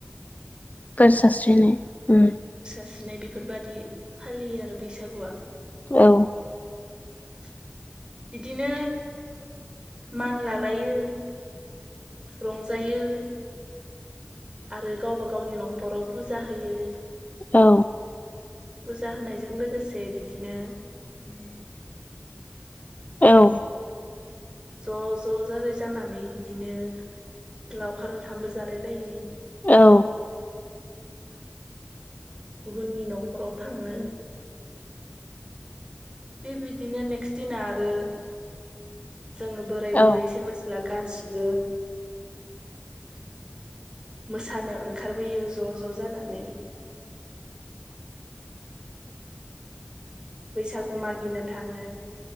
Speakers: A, on the left; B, on the right.
A: फोर सासस्रिनाय उम
B: स्रिनाय बेफोरबायदि फालियो आरो बैसागुआ
A: औ
B: <inaudible> बिदिनो मान लालायो रंजायो आरो गावबा गावनि नखराव फुजा होयो।
A: औ
B: फुजा होनायजों लोगोसे बिदिनो
A: <inaudible> औ
B: ज ज जालाय जानानै बिदिनो लावखार ओंखामबो जालाय लायो। <inaudible>
A: औ
B: गुबुननि नखराव थाङो बेबायदिनो नेक्स्ट दिना आरो जोङो बोराय बुरै
A: औ
B: सेंग्रा सिख्ला गासिबो मोसानो ओंखारबोयो ज ज जानानै बैसागु मागिनो थाङो